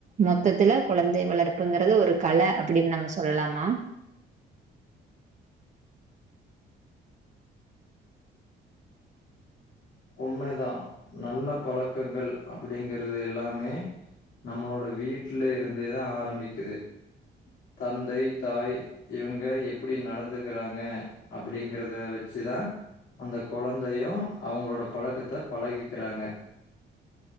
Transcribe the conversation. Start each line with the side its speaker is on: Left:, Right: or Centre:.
Right: மொத்தத்துல கொழந்தை வளர்ப்புங்கறது ஒரு கல அப்டின்னு நம்ம சொல்லலாமா
Left: உண்மை தா நல்ல பழக்கங்கள் அப்டிங்கறது எல்லாமே நம்மளோட வீட்ல இருந்தே தா ஆரம்பிக்குது தந்தை தாய் இவுங்க எப்பிடி நடந்து க்கறாங்க அப்டிங்கறத வச்சு தா அந்த கொழந்தையு அவுங்களோட பழக்கத்த பழகிக்கிறாங்க